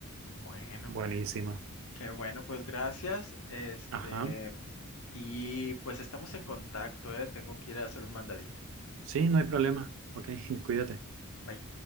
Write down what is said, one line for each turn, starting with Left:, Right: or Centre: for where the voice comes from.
Left: Bueno,
Right: Buenísima.
Left: qué bueno, pues gracias. Este,
Right: Ajá.
Left: y pues estamos en contacto, ¿eh? Tengo que ir a hacer un mandadito.
Right: Sí, no hay problema. Ok, <laughs> cuídate.
Left: Bye.